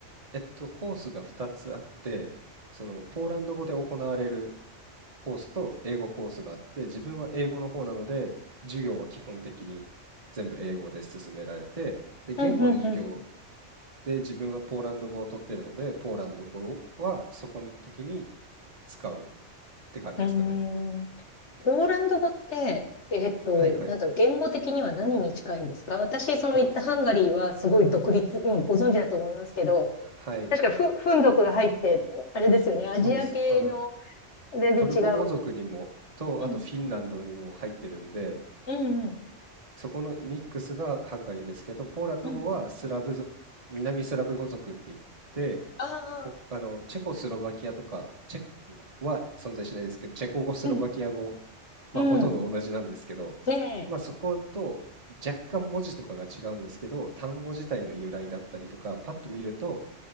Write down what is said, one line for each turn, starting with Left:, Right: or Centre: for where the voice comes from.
Right: えっと、コースが2つあって、その、ポーランド語で行われるコースと英語コースがあって、自分は英語の方なので、授業は基本的に全部英語で進められて、で、言語の授業
Left: うん、うん、うん、
Right: で自分はポーランド語を取ってるので、ポーランド語はそこの時に使うって感じですかね。
Left: うん、うん。ポーランド語って、えーっと、
Right: はいはい。
Left: なんだろう、言語的には何に近いんですか私、その行ったハンガリーはすごい独立、
Right: あの、
Left: うん、ご存知だと思いますけど、
Right: はい、
Left: 確かフ、フン族が入って、あれですよね、アジア系の
Right: そうです。あの、
Left: 全然違う。
Right: トルコ語族にもと、
Left: うん、
Right: あとフィンランドにも入ってるんで、
Left: うん、うん、
Right: そこのミックスがハンガリーですけど、ポーランド語はスラブ族、
Left: うん。
Right: 南スラブ語族って言って、
Left: ああ、
Right: ほあのチェコスロバキアとかチェコは存在しないですけど、チェコ語、スロバキア語、
Left: うん、
Right: まあ、
Left: うん。
Right: ほとんど同じなんですけど、
Left: で、
Right: まあ、そこと若干文字とかが違うんですけど、単語自体の由来だったりとか、パッと見ると